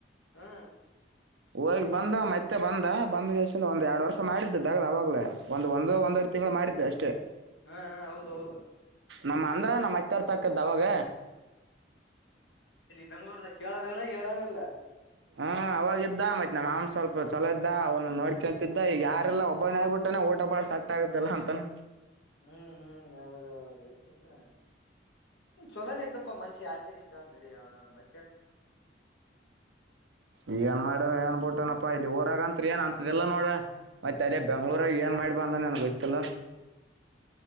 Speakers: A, on the left (about 80°); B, on the right (about 80°).
A: ಹಾ
B: ಹೋಗಿ ಬಂದ ಮತ್ತೆ ಬಂದ ಬಂದ ದಲ್ಸಿಂದ ಒಂದ್ ಎರಡ್ ವರ್ಷ ಮಾಡಿದ್ದು ದಗ್ದ ಅವಾಗ್ಲ ಒಂದ್ ಒಂದ
A: ಹೌದೌದು
B: ಒಂದವರ್ ತಿಂಗಳು ಮಾಡಿದ್ದೆ ಅಷ್ಟೇ
A: ಹಾ ಹೌದೌದು
B: ನಮ್ಮ ಅಂದ್ರ ನಮ್ಮ ಹರ್ತಕ್ಕದ್ದ ಅವಾಗ
A: ಬೆಂ್ಗಳೂರ್ದಾಗ ಕೇಳಾರಿಲ್ಲ ಹೇಳಾರ ಇಲ್ಲ
B: ಹ್ಮ ಅವಾಗಿದ್ದ ಮತ್ತೆ ನಮ್ಮ ಆಮ್ ಸ್ವಲ್ಪ ಚಲ ಇದ್ದ ಅವನ್ನ ನೋಡ್ಕೊಂತಿದ್ದ ಈ ಯಾರೆಲ್ಲ ಒಬ್ಬನ ಆಗ್ಬಿಟ್ಟಾನ ಊಟ ಬಾಳ ಸಟ್ ಆಗ್ದಲ್ಲ ಅಂತಾನ
A: ಹ್ಮ್ ಹ್ಮ್ ಹೌದೌದು ಚೊಲೋನ ಇದ್ದಪ್ಪಾ ಮನ್ಷಿ ಯಾಕೆ ನಿಂಗ ಅ್ ನಡ ನಾನನ್ ಮ
B: ಈಗ ಏನ್ ಮಾಡ ಏನ್ಬುಟ್ಟನಪ್ಪ ಆಯ್ತು ಇಲ್ಲಿ ಊರಾಗ ಅಂತತ್ ಏನ್ ಅಂತದಿಲ್ಲಾ ನೋಡ ಮತ್ತತ್ ಅದೇ ಬೆಂಗ್ಳೂರಾಗ ಏನ್ ಮಾಡಿ ಬಂದ ನನ್ ಗೊತ್ತಿಲ್ಲ